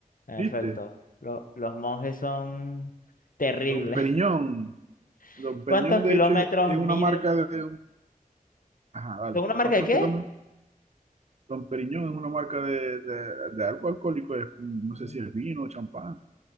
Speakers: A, on the left; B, on the right.
A: En
B: ¿viste?
A: efecto, lo- los monjes son terribles.
B: Don Periñón.
A: <laughs>
B: Don Periñón,
A: ¿Cuántos kilómetros
B: de hecho, es, es
A: mide?
B: una marca de... un- Ajá, vale.
A: ¿Son una marca
B: ¿Cuántos
A: de qué?
B: kilómetros? Don Periñón es una marca de, de, de algo alcohólico. es un- no sé
A: Un
B: si es vino o champán.